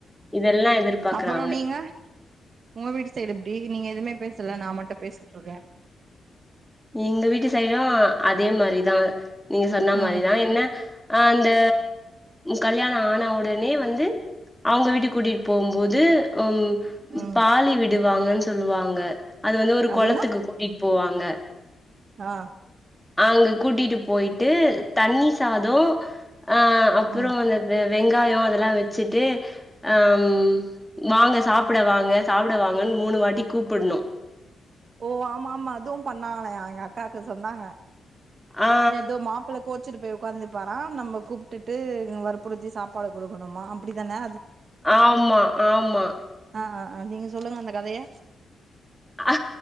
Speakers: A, in the centre; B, on the right.
A: இதெல்லா எதிர்பாக்கறாங்க
B: அப்புறோ நீங்க உங்க வீட்டு சைடு எப்டி நீங்க எதுமே பேசலா நா மட்டு பேசிட்ருக்க
A: எங்க வீட்டு சைடும் அதே மாரிதா நீங்க சொன்ன
B: ம்
A: மாரிதா என்ன ஆ அந்த கல்யாண ஆனா ஒடனே வந்து அவுங்க வீட்டுக்கு கூட்டிடு போம்போது ம்
B: ம்
A: பாலி விடு வாங்கன் சொல்லுவாங்க அது வந்து ஒரு
B: அப்டின்னா
A: கொள டி போவாங்க
B: ஆ
A: அங்க கூட்டிட்டு போயிட்டு தண்ணி சாதம் ஆ அப்புறம்
B: ம்
A: வந்து அது வெங்காயம் அதெல்லாம் வச்சுட்டு ஆம் வாங்க சாப்பிட வாங்க சாப்பிட வாங்கன்னு மூணு வாட்டி கூப்பணும்
B: ஓ ஆமா ஆமா அதுவும் பண்ணாங்களே எங்க அக்காக்கு சொன்னாங்க
A: ஆ
B: எதோ மாப்பள கொவுச் சுட்டு போய் உட்காந்திருப்பாராம் நம்ம கூப்பிட்டு வற்புறுடுத்தி சாப்பாடு குடுக்கணுமா அப்படித்தானே
A: ஆமா ஆமா
B: ஆ ஆ ஆ நீங்க சொல்லுங்க அந்த கதைய
A: அ